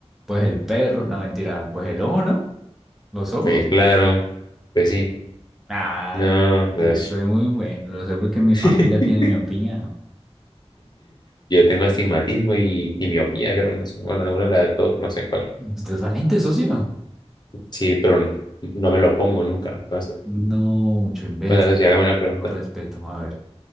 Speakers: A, in the centre; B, on the left (about 40°).
A: Pues el perro, no mentira, pues el ojo, ¿no? Los ojos.
B: pues claro, pues sí.
A: Ah,
B: No, socio.
A: yo soy muy bueno, lo sé porque mi
B: <laughs>
A: familia tiene mi opinión.
B: Yo tengo astigmatismo y, y miopía, creo, no sé. Bueno, alguna de las dos, no sé cuál.
A: Usted es valiente, socio.
B: Sí, pero n- no me lo pongo nunca. No sé.
A: No, mucho imbécil,
B: Bueno, socio, hágame una pregunta.
A: no respeto. A ver,